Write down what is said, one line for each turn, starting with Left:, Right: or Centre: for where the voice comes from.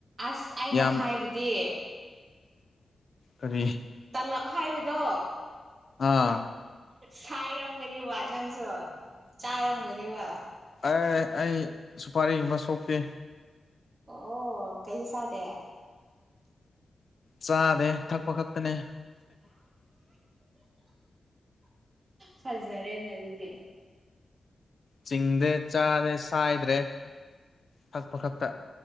Right: ꯑꯁ ꯑꯩꯅ
Left: ꯌꯥꯝ
Right: ꯍꯥꯏꯕꯗꯤ
Left: ꯀꯔꯤ
Right: ꯇꯂꯞ ꯍꯥꯏꯕꯗꯣ
Left: ꯑꯥ
Right: ꯁꯥꯏꯔꯝꯒꯅꯤꯕ ꯅꯪꯁꯨ ꯆꯥꯔꯝꯒꯅꯤꯕ
Left: ꯑꯦ ꯑꯩ ꯁꯨꯄꯔꯤ ꯑꯃ ꯁꯣꯛꯇꯦ
Right: ꯑꯣ ꯀꯩꯁꯨ ꯆꯥꯗꯦ
Left: ꯆꯥꯗꯦ ꯊꯛꯄ ꯈꯛꯇꯅꯦ
Right: ꯐꯖꯔꯦꯅꯦ ꯑꯗꯨꯗꯤ
Left: ꯆꯤꯡꯗ ꯆꯥꯗꯦ ꯁꯥꯏꯗ꯭ꯔꯦ ꯊꯛꯄ ꯈꯛꯇ